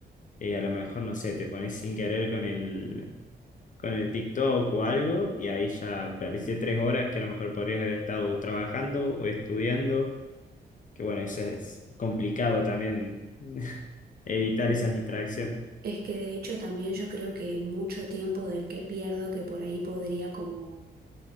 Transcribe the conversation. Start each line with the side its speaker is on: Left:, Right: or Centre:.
Left: eh, a lo mejor, no sé, te pones sin querer con el, con el TikTok o algo y ahí ya perdiste tres horas que a lo mejor podrías haber estado trabajando o estudiando, que bueno, eso es complicado también <laughs> evitar
Right: Mm.
Left: esas distracciones.
Right: Es que de hecho también yo creo que mucho tiempo del que pierdo, que por ahí podría como